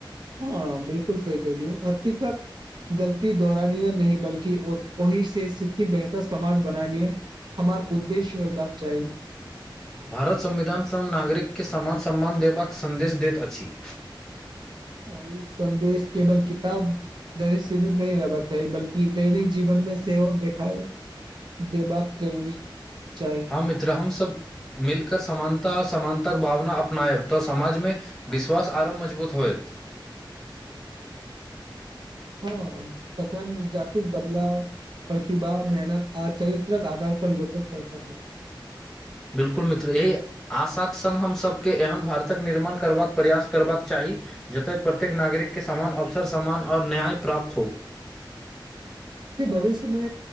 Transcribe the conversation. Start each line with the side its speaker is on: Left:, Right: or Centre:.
Right: हॉं बिलकुल सही कहि दिय अर्तिक गलती दोहरानीय नहि बल्कि ओहि से सिखी बेहतर समाज बनानीय हमर उद्देश्य हेयबाक चाही
Centre: भारत संविधानसँ नागरिककेँ समान सम्मान देबाक सन्देश दैत अछि।
Right: ई संदेश केवल किताब सीमित नहि रहबाक चाही बल्कि दैनिक जीवन में सेहो देखाए देबाक जरूरी चाही
Centre: मित्र हम सभ मिलकर समानता अ समानता के भावना अपनायब तऽ समाज में विश्वास आरो मजबूत होयत
Right: हॉं तखन जातिक बदलाव प्रतिभा मेहनत आ चरित्रक आधार पर लोक पैसर मऽ
Centre: बिल्कुल मित्र यहि आशाक संग हमसभके एहन भारतक निर्माण करबाक प्रयास करबाक चाही जतय प्रत्येक नागरिक के समान अवसर समान आ न्याय प्राप्त हो
Right: भविष्यमे